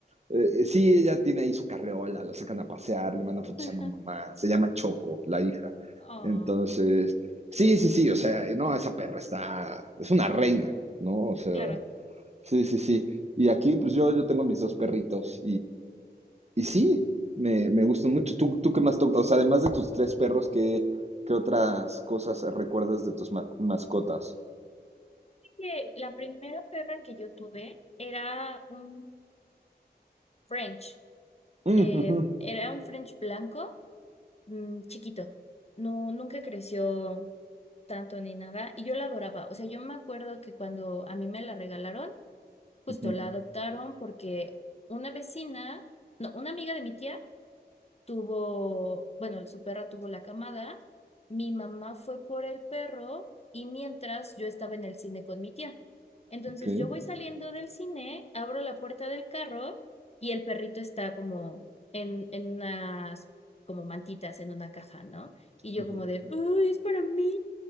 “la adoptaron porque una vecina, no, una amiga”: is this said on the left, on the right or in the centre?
Left